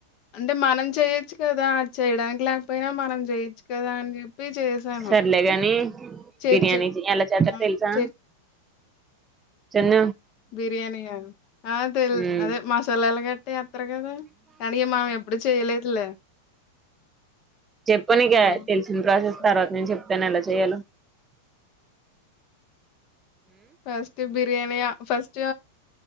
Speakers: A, on the left (about 45°); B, on the right (about 15°).
A: అంటే మనం చెయొచ్చు కదా చేయడానికి లేకపోయినా మనం చెయొచ్చు కదా అని చెప్పి చేశాను.
B: సర్లే గాని
A: చర్చి
B: బిర్యానీ ఎలా చేస్తారు
A: హ్మ్.
B: తెలుసా
A: చర్చి
B: చిన్న
A: బిర్యానీ ఆ తెలీదు
B: మ్మ్
A: అదే మసాలాలు కట్టి ఏస్తారు కదా కానీ మనం ఏప్పుడు చేయలేదులే
B: చెప్ప ఆనేక
A: హ్మ్.
B: తెలిసిన ప్రాసెస్ తర్వాత
A: ఆ!
B: నేను చెప్తాను అలా చేయాల
A: ఫస్ట్ బిర్యానీ ఫస్ట్